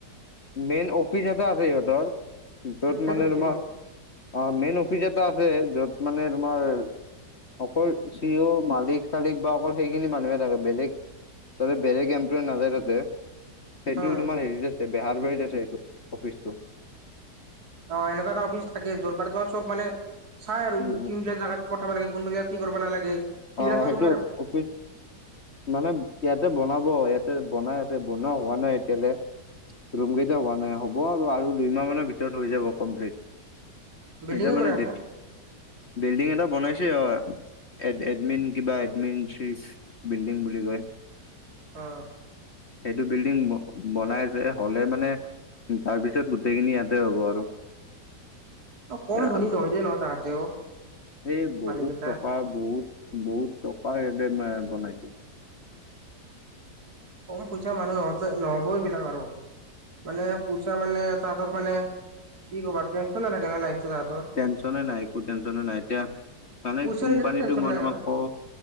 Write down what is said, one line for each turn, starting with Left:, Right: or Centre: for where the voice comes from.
Left: মেইন অফিচ এটা আছে, সিহঁতৰ য'ত
Right: সেইটো
Left: মানে, তোমাৰ অ', মেইন অফিচ এটা আছে য'ত মানে তোমাৰ অকল চি, অ, মালিক চালিক বা অকল সেইখিনি মানুহে থাকে বেলেগ তাতে বেলেগ এমপ্লই নাজায় তাতে। সেইটো
Right: অ'
Left: তোমাৰ হেৰিত আছে বেহাৰ বাৰিত আছে সেইটো অফিচটো।
Right: অ', এনেকুৱা এটা অফিচ থাকে, যোত চব মানে চাই আৰু
Left: উম উম
Right: তিনিটা জাগাত পঠাব লাগে, কোনোব জয়া কি কৰিব নালাগে সেইবিলাকতো
Left: অ', সেইটো
Right: তোমাৰ
Left: অফিচ মানে ইয়াতে বনাব, ইয়াতে বনাই আছে বনোৱা হোৱা নাই এতিয়ালৈ ৰুম কেইটা হোৱা নাই হ'ব, আৰু আৰু দুইমাহ মানৰ ভিতৰত হৈ যাব কমপ্লিট।
Right: বিল্ডিঙে
Left: এতিয়া
Right: বনাই
Left: মানে,
Right: আছে
Left: বিল্ডিং এটা বনাইছে অ। এডমিন কিবা এডমিন চি বিল্ডিং বুলি কয়
Right: অ
Left: সেইটো বিল্ডিং বনাই যে হ'লে মানে তাৰপিছত গোটেইখিনি ইয়াতে হ'ব আৰু
Right: অ কম
Left: উম
Right: ধনী
Left: এ
Right: নহয় দে ন তাহাঁতেও
Left: সেই বহুত
Right: মানুহ কেইটা
Left: টকা বহুত বহুত টকা এদ <unintelligible>
Right: কম পইচা মানুহ নহব নহব এইবিলাক আৰু মানে পইচা মানে তাহতক মানে কি ক'বাৰ তেনছন নাথাকে তাত
Left: টেনচনে নাই একো টেনচনে নাই এতিয়া মানে
Right: পইচা
Left: কোম্পানীটো
Right: ৰিলেটেড টেনচন
Left: মই
Right: নাই
Left: তোমাক
Right: আৰু
Left: কওঁ